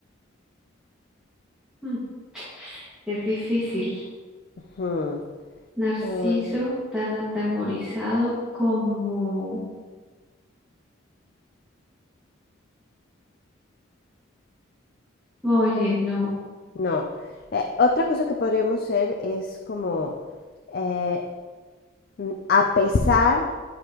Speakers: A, in the centre; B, on the left (about 50°).
A: Mm, es difícil.
B: Hmm,
A: Narciso,
B: ah,
A: tan atemorizado como... Oye, no.
B: no. Eh, otra cosa que podríamos hacer es como. eh, mm, a pesar